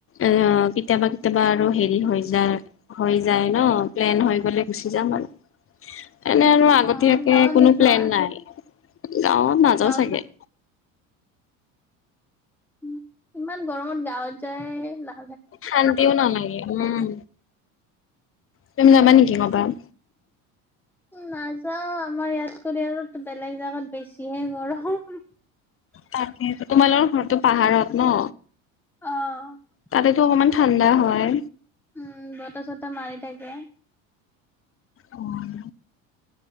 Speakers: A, on the left (about 35°); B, in the centre.
A: এ কেতিয়াবা কেতিয়াবা আৰু হেৰি হৈ যায় হৈ যায় ন, প্লেন হৈ গ'লে গুচি যাম আৰু। এনে আৰু আগতীয়াকে
B: অ গাঁৱত
A: কোনো
B: নোযোৱা
A: প্লেন নাই, গাঁৱত নাযাও
B: গাঁৱত
A: চাগে।
B: উম ইমান গৰমত গাঁৱত যায় লা
A: শান্তিও নালাগে উম, তুমি যাবা নেকি কবাত?
B: নাযাও আমাৰ ইয়াতকৰি আৰু বেলেগ জাগাত বেছিহে গৰম।
A: তাকেটো তোমালোকৰ ঘৰটো পাহাৰত ন?
B: অঁ।
A: তাতেতো অকমান ঠাণ্ডা হয়।
B: উম বতাহ চতাহ মাৰি থাকে।
A: উম।